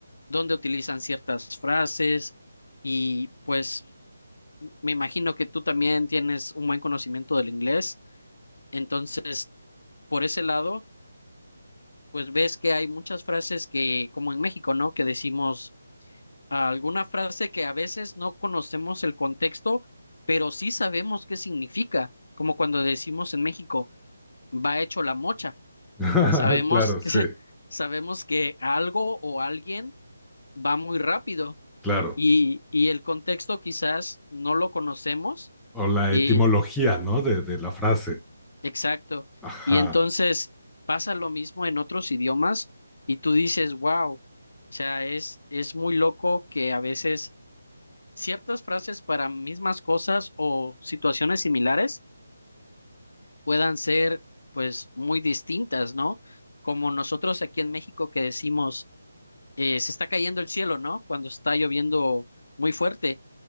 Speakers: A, on the left; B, in the centre.
A: donde utilizan ciertas frases y pues me imagino que tú también tienes un buen conocimiento del inglés, entonces por ese lado, pues ves que hay muchas frases que, como en México, ¿no? Que decimos ah, alguna frase que a veces no conocemos el contexto, pero sí sabemos qué significa, como cuando decimos en México, va hecho la mocha,
B: <laughs>
A: sabemos
B: Claro,
A: que,
B: sí,
A: <laughs> sabemos que algo o alguien va muy rápido
B: claro.
A: Y, y el contexto quizás no lo conocemos.
B: O la
A: eh,
B: etimología, ¿no? De, de la frase.
A: exacto.
B: Ajá,
A: Y entonces pasa lo mismo en otros idiomas y tú dices, wow, o sea, es, es muy loco que a veces ciertas frases para mismas cosas o situaciones similares puedan ser pues muy distintas, ¿no? Como nosotros aquí en México que decimos eh, se está cayendo el cielo, ¿no? Cuando está lloviendo muy fuerte.